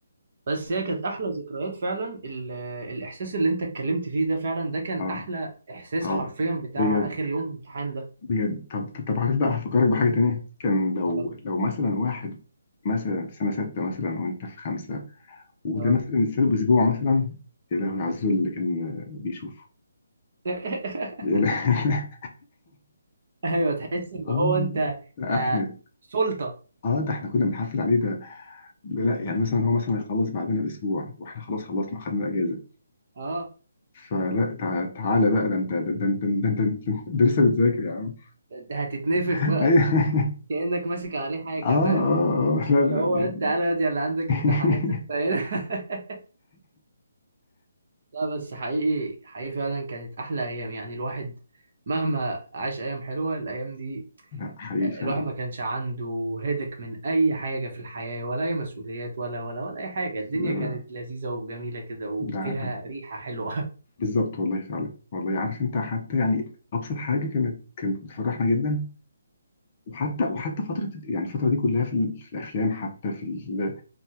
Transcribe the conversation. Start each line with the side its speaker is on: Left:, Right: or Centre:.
Right: بس هي كانت احلى ذكريات فعلا ال... الاحساس اللي انت اتكلمت فيه ده فعلا ده كان
Left: اه
Right: احلى احساس
Left: اه
Right: حرفيا بتاع
Left: بجد
Right: اخر يوم امتحان ده
Left: بجد طب طب عارف بقى هفكرك بحاجه تانية كان لو
Right: اه
Left: لو مثلا واحد مثلا في سنه سته مثلا وانت في خمسه وده
Right: اه
Left: مثلا السنه باسبوع مثلا يا لهوي على الذل اللي كان بيشوفه
Right: <laughs>
Left: يا لهوي.
Right: ايوه تحس ان
Left: <laughs> اه
Right: هو انت
Left: لا
Right: آه
Left: احنا
Right: سلطة
Left: اه ده احنا كنا بنحفل عليه ده لا لا يعني مثلا هو مثلا هيخلص بعدنا باسبوع واحنا خلاص خلصنا اخدنا الاجازه
Right: اه
Left: فلا تع- تعالى بقى ده انت ده انت ده انت ده انت ده انت لسه بتذاكر يا عم
Right: انت هتتنفخ
Left: <laughs>
Right: بقى
Left: ايوه
Right: كأنك ماسك عليه حاجة
Left: اه اه
Right: فاهم
Left: اه لا
Right: اللي
Left: لا
Right: هو
Left: يعني
Right: يا تعالى يا دي اللي عندك
Left: <laughs>
Right: امتحانات انت هنا <laughs> لا بس حقيقي حقيقي فعلا كانت أحلى أيام يعني الواحد مهما عاش أيام حلوة الأيام دي
Left: لا حقيقي فعلا
Right: الواحد ما كانش عنده هدك من أي حاجة في الحياة ولا أي مسؤوليات ولا ولا ولا أي حاجة الدنيا
Left: لا لا
Right: كانت لذيذة وجميلة كده وفيها
Left: لا ده
Right: ريحة حلوة
Left: بالظبط والله فعلا والله عارف انت حتى يعني ابسط حاجه كانت كانت بتفرحنا جدا وحتى وحتى فتره يعني الفتره دي كلها في, ال- في الافلام حتى في ال